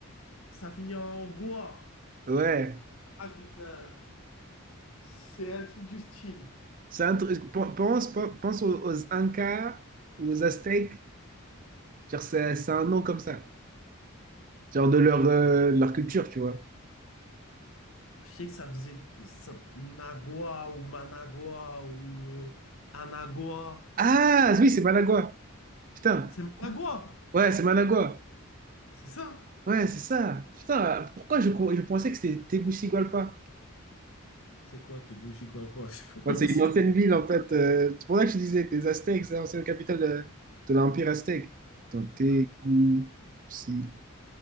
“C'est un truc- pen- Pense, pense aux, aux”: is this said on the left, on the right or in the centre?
Right